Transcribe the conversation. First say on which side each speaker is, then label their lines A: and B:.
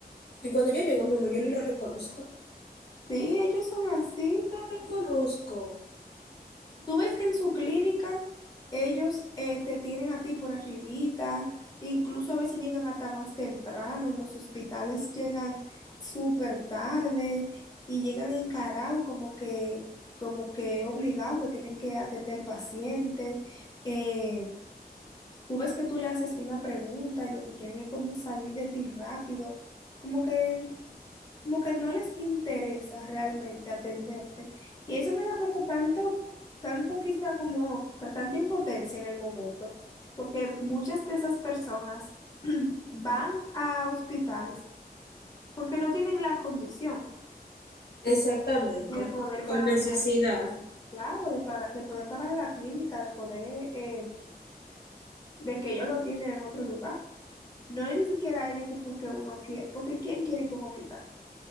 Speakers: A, on the left; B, on the left.
A: Y cuando yo llego, mi amor, yo ni lo reconozco.
B: Sí, ellos son así.
A: No lo reconozco.
B: Tú ves que en su clínica ellos eh, te tienen a ti por arribita, incluso a veces llegan hasta más temprano, en los hospitales llegan súper tarde y llegan encarados como que, como que obligados que tienen que atender al paciente. Eh, tú ves que tú le haces una pregunta y lo que quieren es como salir de ti rápido, como que como que no les interesa realmente atenderte. Y eso me da como tanto, tanto quizá como que tanta impotencia en el momento, porque muchas de esas personas <clears throat> van a hospitales porque no tienen la condición
A: Exactamente,
B: de poder
A: por
B: pagar,
A: necesidad.
B: claro, de pagar, de poder pagar en la clínica, de poder, eh, de que ellos lo atienden en otro lugar. No es ni siquiera es de que porque uno quiere, porque ¿quién quiere ir para un hospital?